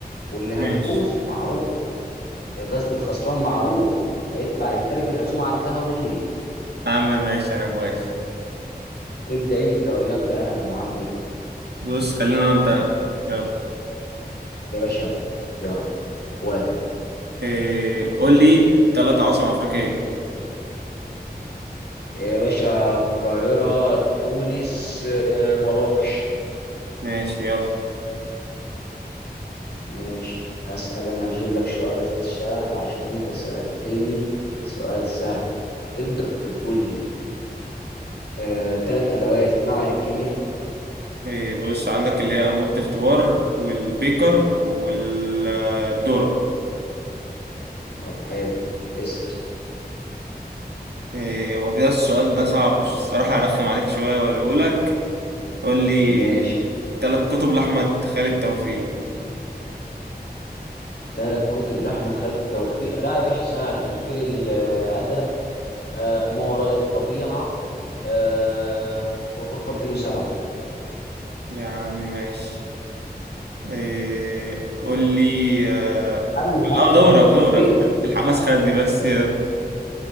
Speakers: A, on the left (about 85°); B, on the right (about 80°).
A: واللي هيفوز
B: ماشي
A: معروف قصدي الخسران معروف هيدفع للتاني في العزومه على القهوه بالليل
B: يا عم ماشي انا موافق
A: تبدا انت ولا ابدا انا يا ابن عمي
B: بص خلينا نبدأ أنا. يلا
A: يا باشا ابدأ. يلا ود
B: إيه قول لي ثلاث عواصم أفريقية
A: يا باشا القاهره تونس آه، مراكش
B: ماشي يلا
A: ماشي هسأل أنا هجيب لك سؤال سهل عشان أنت سألتني سؤال سهل تقدر تقول لي آه، تلات أدوات في معمل الكيمياء
B: إيه بص عندك اللي هي أنبوبة اختبار والبيكر والذرة
A: طب حلو اسأل
B: إيه هو ده السؤال ده صعب الصراحة أرخم عليك شوية وأقوله لك قول لي
A: ماشي
B: ثلاث كتب لأحمد خالد توفيق
A: تلات كتب لأحمد خالد توفيق لا يا باشا سهل الفيل الأزرق آه، ما وراء الطبيعة آه، غرفة 207
B: يا عم ماشي إيه قول لي اه
A: أنا اللي هات
B: آه، دورك دورك
A: فين
B: الحماس خدني بس يلا